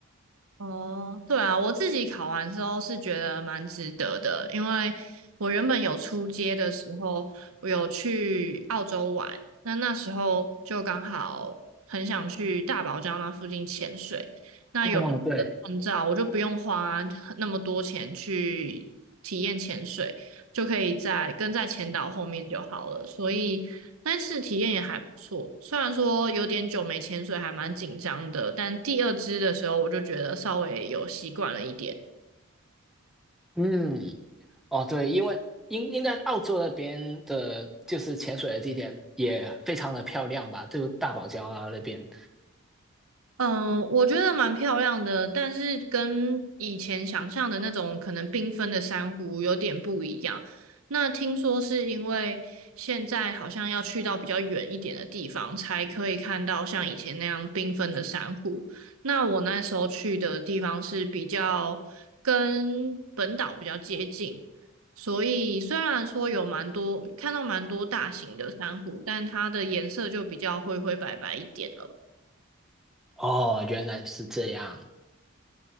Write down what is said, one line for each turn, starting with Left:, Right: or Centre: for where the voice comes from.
Right: 哦，对啊，我自己考完之后是觉得蛮值得的，因为我原本有出街的时候，我有去澳洲玩，那那时候就刚好很想去大堡礁那附近潜水，那有了这个证照，
Centre: 哦，对，
Right: 我就不用花那么多钱去体验潜水，就可以在跟在前导后面就好了。所以那次体验也还不错，虽然说有点久没潜水，还蛮紧张的，但第二支的时候我就觉得稍微有习惯了一点。
Centre: 嗯，哦，对，因为应应该澳洲那边的，就是潜水的地点也非常的漂亮吧，就大堡礁啊那边。
Right: 嗯，我觉得蛮漂亮的，但是跟以前想象的那种可能缤纷的珊瑚有点不一样。那听说是因为现在好像要去到比较远一点的地方，才可以看到像以前那样缤纷的珊瑚。那我那时候去的地方是比较跟本岛比较接近，所以虽然说有蛮多看到蛮多大型的珊瑚，但它的颜色就比较灰灰白白一点了。
Centre: 哦，原来是这样。